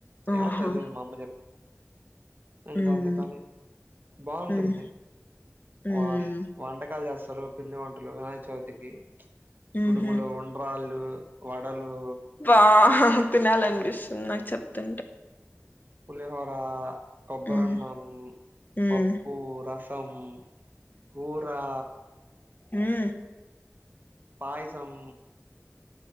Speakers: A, on the left; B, on the right.
A: ఆహా
B: ఏమో తెలియదు మా అమ్మ చెప్ ఇంకా
A: మ్మ్
B: అందుకు అని బాగుంటుంది
A: మ్మ్ మ్మ్
B: వా వంటకాలు చేస్తారు పిండి వంటలు వినాయక చవితికి కుడుములు
A: మ్హు
B: ఉండ్రాళ్ళు వడలు
A: బా తినాలనిపిస్తుంది నాకు చెప్తుంటే
B: పులిహోర కొబ్బరన్నం
A: మ్మ్ మ్మ్
B: పప్పు రసం కూరా
A: హూ
B: పాయసం